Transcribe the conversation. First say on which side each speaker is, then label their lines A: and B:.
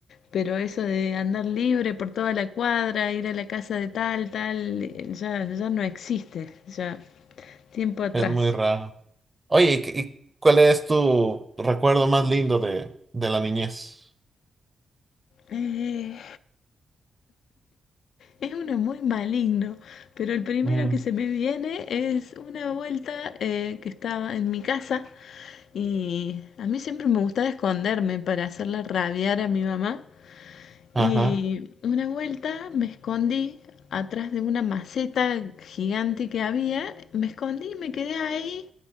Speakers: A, on the left; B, on the right.
A: Pero eso de andar libre por toda la cuadra, ir a la casa de tal, tal, eh, ya, ya no existe, ya tiempo atrás.
B: Es muy raro. Oye, ¿y, qué- y cuál es tu recuerdo más lindo de, de la niñez?
A: Eh, es uno muy maligno, pero el primero
B: Mm,
A: que se me viene es una vuelta eh, que estaba en mi casa. Y a mí siempre me gustaba esconderme para hacerla rabiar a mi mamá.
B: ajá.
A: Y una vuelta me escondí atrás de una maceta gigante que había. Me escondí me quedé ahí.